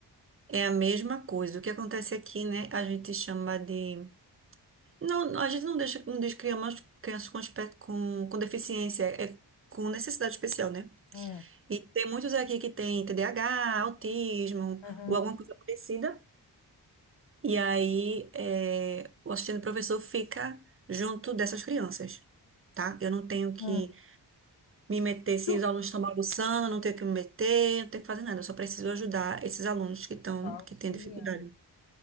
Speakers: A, on the right; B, on the left.
A: É a mesma coisa. O que acontece aqui, né? A gente chama de Não, a gente não deixa, não deixa crianças crianças com, aspe- com, com deficiência, é com necessidade especial, né?
B: Hum,
A: E tem muitos aqui que tem TDAH, autismo
B: Uhum.
A: ou alguma coisa parecida. E aí é, o assistente professor fica junto dessas crianças, tá? Eu não tenho que
B: Hum.
A: me meter, se
B: Tu-
A: os alunos estão bagunçando, eu não tenho que me meter, não tenho que fazer nada, eu só preciso ajudar esses alunos que estão,
B: tô auxiliando.
A: que têm dificuldade.